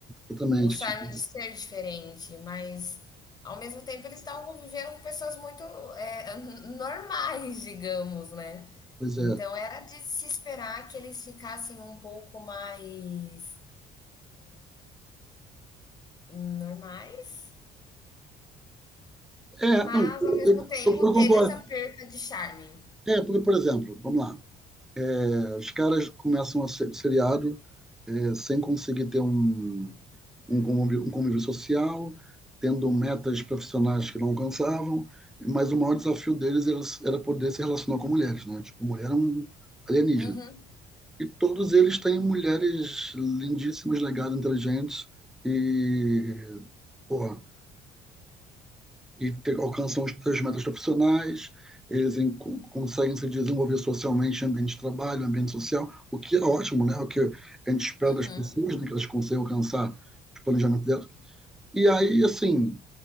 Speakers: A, in the centre; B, on the left (about 25°).
A: exatamente.
B: O charme
A: Tipo,
B: de ser diferente, mas ao mesmo tempo eles estavam convivendo com pessoas muito, eh, <laughs> normais, digamos, né.
A: pois
B: Então
A: é.
B: era de se esperar que eles ficassem um pouco mais normais,
A: É,
B: mas
A: não, eu,
B: ao mesmo
A: eu,
B: tempo
A: eu concordo.
B: teve essa perca de charme.
A: É, porque, por exemplo, vamos lá, é, os caras começam a ser, o seriado é, sem conseguir ter um, um, convívio, um convívio social, tendo metas profissionais que não alcançavam, mas o maior desafio deles era, era poder se relacionar com mulheres, né? Tipo, mulher é um alienígena.
B: Uhum,
A: E todos eles têm mulheres lindíssimas, legais, inteligentes e, porra, e te- alcançam os seus metas profissionais. Eles em- con- conseguem se desenvolver socialmente em ambiente de trabalho, ambiente social, o que é ótimo, né? O que a gente espera
B: uhum.
A: das pessoas, né? Que elas consigam alcançar os planejamentos delas. E aí, assim,